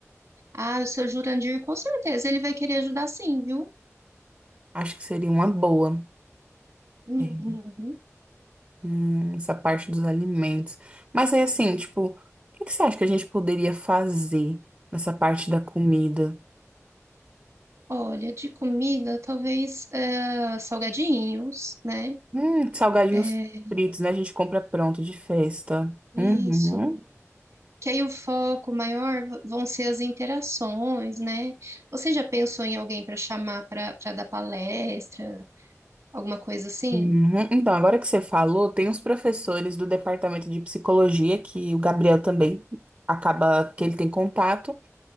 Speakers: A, on the right; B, on the right.
A: Ah, o seu Jurandir, com certeza, ele vai querer ajudar sim, viu?
B: Acho que seria uma boa,
A: Uhum.
B: é, hum, essa parte dos alimentos. Mas aí, assim, tipo, o que que você acha que a gente poderia fazer nessa parte da comida?
A: Olha, de comida, talvez eh, salgadinhos, né?
B: Hum, salgadinhos
A: É,
B: fritos, né? A gente compra pronto de festa.
A: isso.
B: Uhum,
A: Que aí o foco maior v- vão ser as interações, né? Você já pensou em alguém para chamar para para dar palestra, alguma coisa assim?
B: uhum. Então, agora que você falou, tem uns professores do departamento de psicologia que o Gabriel também acaba que ele tem contato.